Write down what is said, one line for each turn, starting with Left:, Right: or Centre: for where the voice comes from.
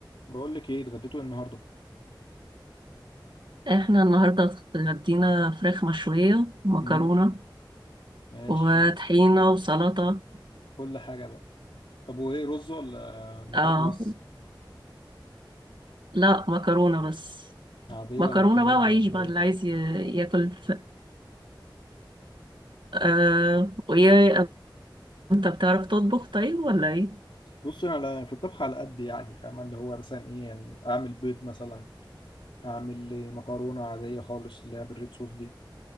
Left: بقول لك ايه اتغديتوا إيه النهارده
Right: احنا النهاردة اتغدينا فراخ مشوية ومكرونة
Left: مم. ماشي
Right: وطحينة وسلطة
Left: كل حاجه بقى طب وايه رز ولا مكرونه
Right: اه
Left: بس
Right: لا مكرونة بس
Left: عاديه
Right: مكرونة
Left: ولا بشاميل
Right: بقى وعيش
Left: ولا
Right: بقى اللي
Left: ايه
Right: عايز ي- ياكل ف... آه ويا انت بتعرف تطبخ طيب ولا ايه؟
Left: بص انا على- في الطبخ على قد يعني فاهم اللي هو مثلا ايه يعني اعمل بيض مثلا اعمل إيه مكرونه عاديه خالص اللي هي بالريد صوص دي